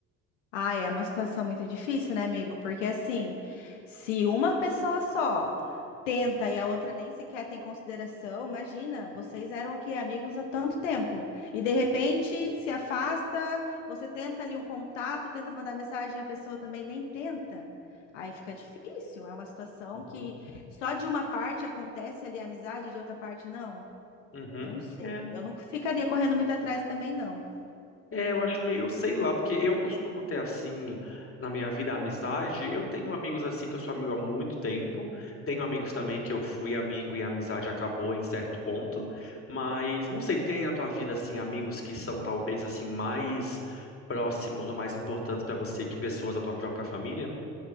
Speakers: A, on the left; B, on the left.
A: Ah, é uma situação muito difícil, né, amigo? Porque assim, se uma pessoa só tenta e a outra nem sequer tem consideração, imagina, vocês eram aqui amigos há tanto tempo e de repente se afasta, você tenta ali um contato, tenta mandar mensagem, a pessoa também nem tenta. Aí fica difícil, é uma situação
B: Uhum.
A: que só de uma parte acontece ali a amizade, de outra parte não.
B: Uhum.
A: Eu não sei.
B: É,
A: Eu não ficaria correndo muito atrás também, não.
B: é, eu acho meio, sei lá, porque eu costumo ter assim na minha vida a amizade. Eu tenho amigos assim que eu sou amigo há muito tempo. Tenho amigos também que eu fui amigo e a amizade acabou em certo ponto. Mas não sei, tem na tua vida assim amigos que são talvez assim mais próximos ou mais importantes pra você que pessoas da tua própria família?